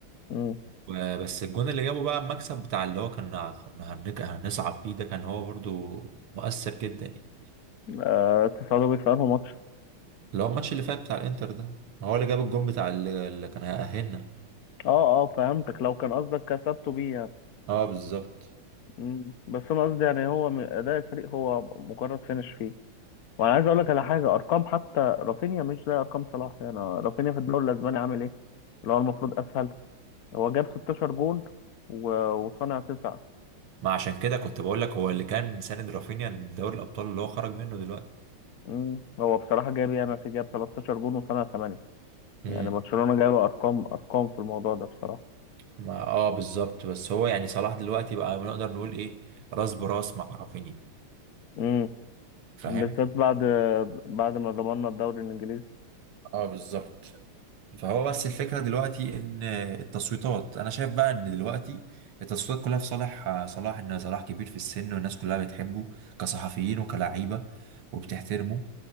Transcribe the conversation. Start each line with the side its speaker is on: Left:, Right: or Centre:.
Left: امم
Right: و- بس الجون اللي جابه بقى المكسب بتاع اللي هو كان كنا هنك- هنصعد بيه ده كان هو برضو مؤثر جدا يعني
Left: أه تصعدوا بيه في انه ماتش
Right: اللي هو الماتش اللي فات بتاع الانتر ده ما هو اللي جاب الجون بتاع اللي, اللي كان هيأهلنا
Left: اه اه فهمتك لو كان قصدك كسبته بيه يعني.
Right: اه بالظبط
Left: مم. بس انا قصدي يعني هو م- اداء الفريق هو مجرد فينش فيه وانا عايز اقول لك على حاجه ارقام حتى رافينيا مش زي ارقام صلاح يعني رافينيا في الدوري الاسباني عامل ايه اللي هو المفروض اسهل هو جاب 16 جون و- وصنع تسعه
Right: ما عشان كده كنت بقول لك هو اللي كان ساند رافينيا لدوري الابطال اللي هو خرج منه دلوقتي
Left: مم. هو بصراحه جاب يعني في جاب 13 جون وصنع 8
Right: امم
Left: يعني برشلونة جايبة أرقام أرقام في الموضوع ده بصراحة
Right: ما اه بالظبط بس هو يعني صلاح دلوقتي بقى نقدر نقول ايه راس براس مع رافينيا
Left: امم
Right: فاهم
Left: بالذات بعد بعد ما ضمننا الدوري الإنجليزي
Right: اه بالظبط فهو بس الفكرة دلوقتي ان التصويتات انا شايف بقى ان دلوقتي التصويتات كلها في صالح صلاح ان صلاح كبير في السن والناس كلها بتحبه كصحفيين وكلعيبة وبتحترمه